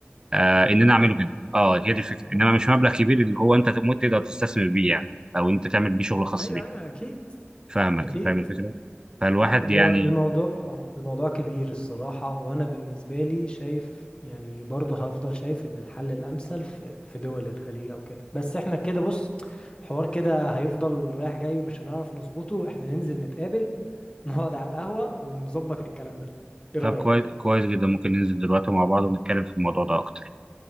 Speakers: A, on the right (about 20°); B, on the left (about 25°).
A: آه ان انا اعمله هنا اه هي دي الفكره
B: مم.
A: انما مش مبلغ كبير
B: مم.
A: اللي هو انت تمو- تقدر تستثمر بيه يعني او انت تعمل بيه شغل خاص
B: ايوه
A: بيك
B: ايوه اكيد
A: فاهمك
B: اكيد
A: فاهم الفكره فالواحد
B: لا هو
A: يعني
B: الموضوع الموضوع كبير الصراحة وأنا بالنسبة لي شايف يعني برضه هفضل شايف إن الحل الأمثل في في دول الخليج أو كده بس إحنا كده بص الحوار كده هيفضل رايح جاي مش هنعرف نظبطه إحنا ننزل نتقابل نقعد على القهوة ونظبط الكلام ده إيه
A: طب
B: رأيك؟
A: كويس كويس جدا ممكن ننزل دلوقتي مع بعض ونتكلم في الموضوع ده اكتر